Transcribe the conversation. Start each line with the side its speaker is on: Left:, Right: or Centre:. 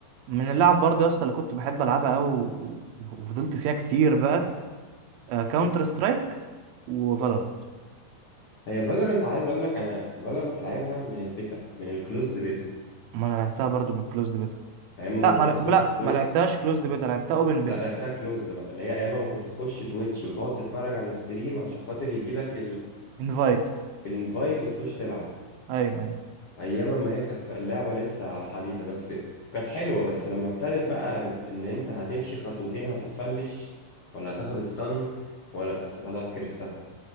Right: من اللعب برضه يا اسطى اللي كنت بحب العبها قوي و... وفضلت فيها كتير بقى كاونتر سترايك وفالورانت
Left: هي فالورنت عايز اقول لك انا فالورنت لعبها من البيتا من الكلوزد بيتا
Right: ما انا لعبتها برضو بالكلوزد بيتا
Left: ايام
Right: لا
Left: ما كنت تخش
Right: ما لا
Left: تويتش
Right: ما لعبتهاش كلوزد بيتا لعبتها اوبن
Left: لا
Right: بيتا
Left: انا بتاع كلوزد بقى اللي هي ايام ما كنت تخش تويتش وتقعد تتفرج على ستريم عشان خاطر يجي لك
Right: انفايت
Left: الانفايت وتخش تلعب
Right: ايوه ايوه
Left: ايام ما هي كانت خ- اللعبه لسه على الحديده بس كانت حلوه بس لما ابتدت بقى ان انت هتمشي خطوتين هتتفلش ولا هتاخد استن ولا خلاص كرهتها